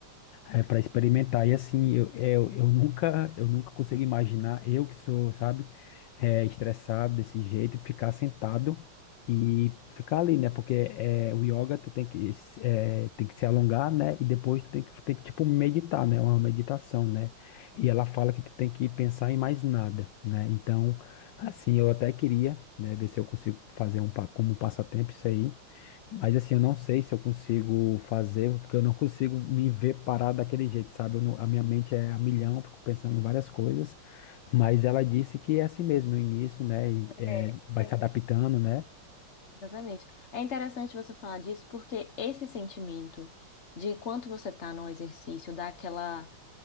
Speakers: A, on the left; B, on the left.
A: é para experimentar. E assim, eu, eu, eu nunca, eu nunca consigo imaginar, eu que sou, sabe, é, estressado desse jeito, ficar sentado e ficar ali, né? Porque é, o yoga tu tem que, se- é, tem que se alongar, né? E depois tu tem que, tem que, tipo, meditar, né? É Uma meditação, né? E ela fala que tu tem que pensar em mais nada, né? Então, assim, eu até queria, né, ver se eu consigo fazer um, pa- como um passatempo isso aí. Mas assim, eu não sei se eu consigo fazer, porque eu não consigo me ver parado daquele jeito, sabe? Eu não- a minha mente é a milhão, fico pensando em várias coisas, mas ela disse que é assim mesmo no início, né? E, é,
B: É,
A: vai
B: é,
A: se adaptando, né?
B: Exatamente. É interessante você falar disso porque esse sentimento de quanto você tá no exercício, dá aquela